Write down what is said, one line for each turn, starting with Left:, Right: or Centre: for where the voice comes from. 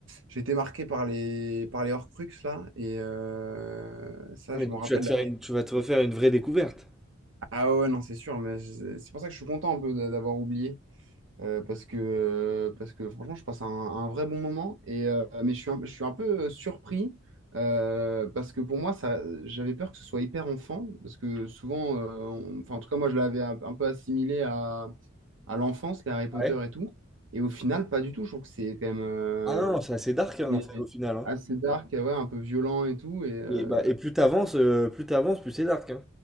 Right: j'ai été marqué par les, par les Horcrux, là, et euh, ça,
Centre: Ah, mais
Right: je
Centre: donc
Right: m'en rappelle.
Centre: tu vas te
Right: la-
Centre: faire une- tu vas te refaire une vraie découverte.
Right: Ah ouais, non, c'est sûr, mais je- c'est pour ça que je suis content un peu d'a- d'avoir oublié. Euh, parce que, euh, parce que franchement, je passe un, un vrai bon moment. Et, euh, mais je suis un, je suis un peu euh, surpris euh, parce que pour moi, ça, j'avais peur que ce soit hyper enfant. Parce que souvent, euh, on- enfin, en tout cas, moi, je l'avais un, un peu assimilé à, à l'enfance, les Harry Potter
Centre: Ouais.
Right: et tout. Et au final, pas du tout. Je trouve que c'est quand même euh,
Centre: Ah non, c'est assez dark, hein,
Right: et
Centre: un film, au final. hein.
Right: assez dark, euh, ouais, un peu violent et tout. Et, euh,
Centre: Et, bah, et plus t'avances, euh, plus t'avances, plus c'est dark. hein.